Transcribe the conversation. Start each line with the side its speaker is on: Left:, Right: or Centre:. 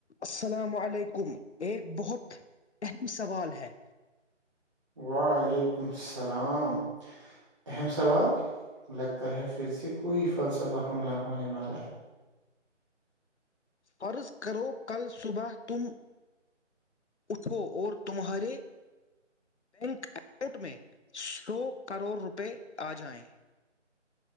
Left: السلام علیکم ایک بہت اہم سوال ہے
Right: وعلیکم السلام اہم سوال لگتا ہے پھر سے کوئی فلسفہ حملہ ہونے والا ہے
Left: قرض کرو کل صبح تم اٹھو اور تمہارے بینک اکاؤنٹ میں سو کروڑ روپے آ جائیں